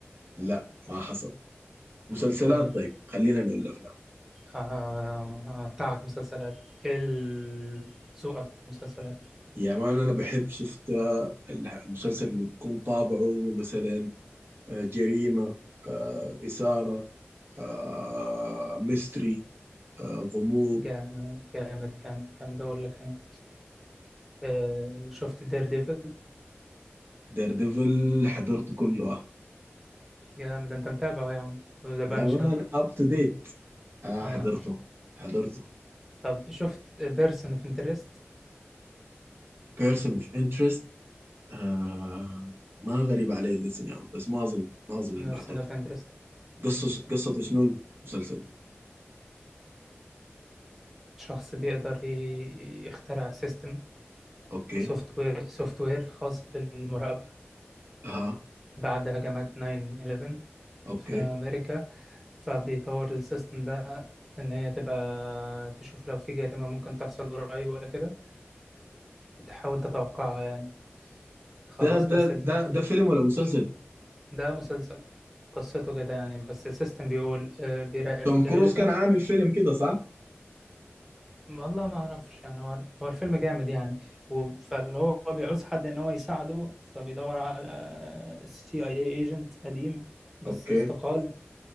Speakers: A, on the right; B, in the centre.
A: لا ما حصل مسلسلات
B: طيب
A: طيب خلينا من الأفلام
B: آه، بتاعك مسلسلات ايه ال- ذوقك في مسلسلات
A: يا مان أنا بحب شفت المسلسل اللي بيكون طابعه مثلا آه، جريمة آه، إثارة آه، ميستري آه، غموض
B: جامد جامد جامد جامد اقول لك انا آه، شفت دير ديفل
A: دير ديفل حضرته كله آه.
B: جامد انت متابع أهو يا عم وذا بانشر
A: يا مان اب تو ديت آه
B: آه.
A: حضرته حضرته
B: طب شفت بيرسون اوف انترست
A: بيرسون اوف انترست آه ما غريب عليه الاسم يعني بس ما اظن ما اظن
B: بيرسون
A: اني حضرته
B: اوف انترست
A: قصة قصة شنو المسلسل
B: شخص بيقدر ي- يخترع سيستم
A: اوكي
B: سوفت وير سوفت وير خاص بالمراقبة
A: اها
B: بعد هجمات 9/11
A: اوكي
B: في أمريكا فبيطور السيستم ده إن هي تبقى تشوف لو في جريمة ممكن تحصل قريب ولا كده تحاول تتوقعها يعني خلاص
A: ده
B: بس
A: ده
B: ال-
A: ده ده فيلم ولا مسلسل
B: ده مسلسل قصته كده يعني بس السيستم بيقول آه، بيراقب
A: توم كروز
B: ريليفنت
A: كان عامل فيلم كده صح
B: والله ما أعرفش يعني هو هو الفيلم جامد يعني و- فاللي هو بيعوز حد إن هو يساعده فبيدور على سي اي اي ايجنت قديم بس
A: اوكي
B: استقال